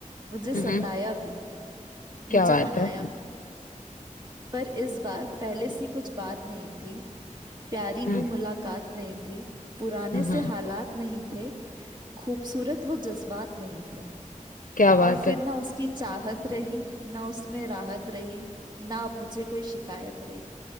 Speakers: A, on the right; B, on the left.
A: मुझे सताया
B: हम्म हम्म,
A: भी
B: क्या
A: मुझे
B: बात
A: मनाया
B: है
A: भी पर इस बार पहले सी कुछ बात नहीं थी प्यारी
B: हम्म
A: वो मुलाकात नहीं थी पुराने
B: हम्म
A: से हालात नहीं थे खूबसूरत वो जज्बात नहीं थे
B: क्या बात
A: और फिर
B: है
A: ना उसकी चाहत रही ना उसमें राहत रही ना अब मुझे कोई शिकायत रही